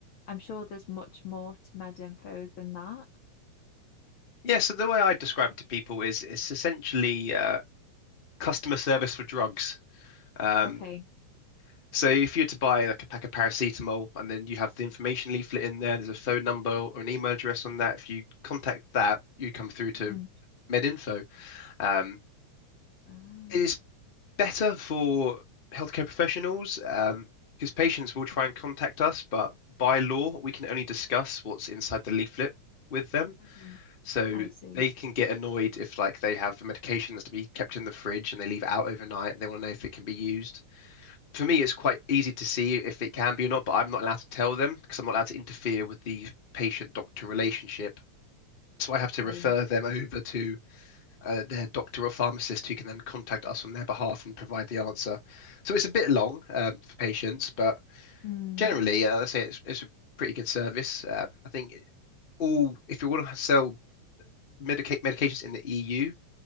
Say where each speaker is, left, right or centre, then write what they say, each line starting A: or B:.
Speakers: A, on the left; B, on the left.
A: I'm sure there's much more to med info than that.
B: Yeah. So the way I describe it to people is it's essentially uh, customer service for drugs. Um,
A: Okay.
B: So if you were to buy like a pack of paracetamol and then you have the information leaflet in there, there's a phone number or an email address on that. If you contact that, you come through to
A: Mhm.
B: MedInfo. Um,
A: Ah,
B: it's better for healthcare professionals um, because patients will try and contact us, but by law, we can only discuss what's inside the leaflet with them.
A: hmm
B: So
A: I see.
B: they can get annoyed if like they have medication that's to be kept in the fridge and they leave it out overnight and they want to know if it can be used for me, it's quite easy to see if it can be or not, but I'm not allowed to tell them because I'm not allowed to interfere with the patient-doctor relationship. So I have
A: Okay.
B: to refer them over to uh, their doctor or pharmacist who can then contact us on their behalf and provide the answer. So it's a bit long um, for patients, but
A: Mm,
B: generally, uh, I say it's, it's a pretty good service. Uh, I think all, if you want to sell medica medications in the EU,